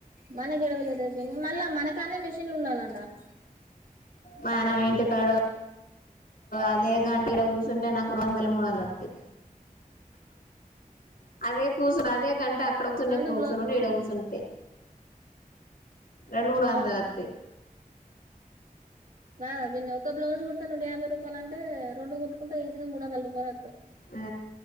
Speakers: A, on the right; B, on the left.
A: మన కేడ వీలైతది పిన్ని మళ్ళా మనకన్నే మిషన్లు ఉండాలంట <inaudible>
B: మనం ఇంటికాడ అదే గంట ఈడ కూర్చుంటే అంటే నాకు రొండు వందలు మూడు వందలు వాతయ్ అదే కూర్చొని అదే గంట అక్కడ కూచున్న
A: రెండు
B: కూర్చొనిడి
A: బ్లౌజ్
B: ఈడ కూర్చుంటే <inaudible> రొండు మూడు వందలు
A: అవును
B: వస్తాయ్
A: రావా పిన్ని ఒక బ్లజ్ కుడతే నూట యాభై రూపాయల అంటే రెండు కుట్టుకుంటె ఈజీగా మూడు వందల రూపాయలు వస్తాయి
B: ఆ